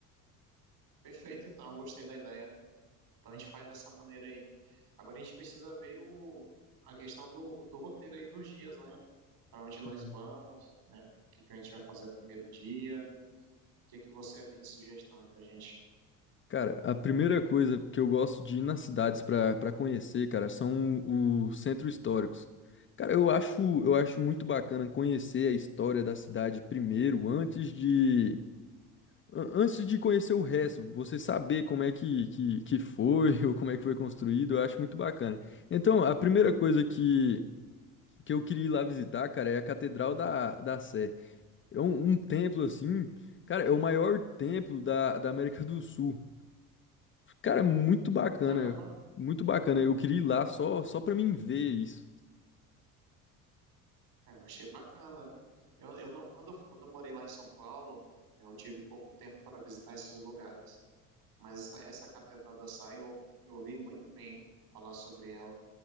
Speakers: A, on the right; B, on the left.
A: Perfeito, então, gostei da ideia. Então a gente faz dessa maneira aí. Agora a gente precisa ver o, a questão do, do roteiro aí dos dias, né? Para onde nós
B: Uhum.
A: vamos, né? O que, que a gente vai fazer no primeiro dia? O que, que você tem de sugestão aí pra gente?
B: Cara, a primeira coisa que eu gosto de ir nas cidades para para conhecer, cara, são o- os centros históricos. Cara, eu acho, eu acho muito bacana conhecer a história da cidade primeiro, antes de, An- Antes de conhecer o resto, você saber como é que, que, que foi <laughs> ou como é que foi construído, eu acho muito bacana. Então, a primeira coisa que, que eu queria ir lá visitar, cara, é a Catedral da, da Sé. É um, um templo assim, cara, é o maior templo da, da América do Sul. Cara, muito bacana,
A: Caramba,
B: muito bacana. Eu queria ir lá só, só pra mim ver isso.
A: é, eu achei bacana. Eu, eu não, quando, eu, quando eu morei lá em São Paulo, né, eu tive pouco tempo para visitar esses lugares. Mas essa, essa Catedral da Sé, eu, eu ouvi muito bem falar sobre ela.